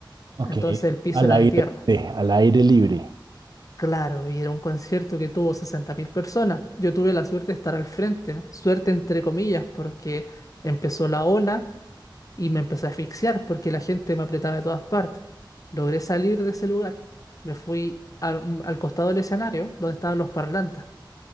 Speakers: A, on the left; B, on the right.
A: entonces
B: Ok,
A: el piso
B: al
A: era
B: aire,
A: de tierra.
B: libre, al aire libre.
A: Claro, y era un concierto que tuvo 60.000 personas. Yo tuve la suerte de estar al frente, suerte entre comillas, porque empezó la ola y me empecé a asfixiar porque la gente me apretaba de todas partes. Logré salir de ese lugar, me fui al, un- al costado del escenario donde estaban los parlantes.